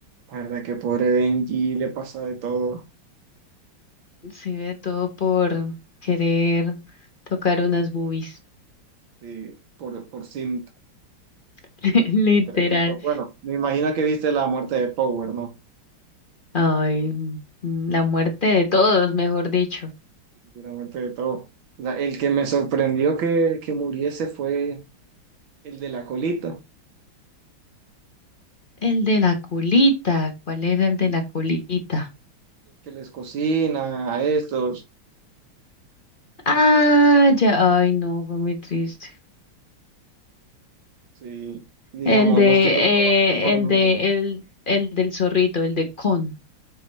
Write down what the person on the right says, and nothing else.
la verdad que pobre Denji le pasa de todo
sí, por, por simp,
por ejemplo. Bueno, me imagino que viste la muerte de Power, ¿no?
de la muerte de todo. O el que me sorprendió que, que muriese fue el de la colita,
el que les cocina a estos,
sí, digamos,
más
que todo la forma
y todo.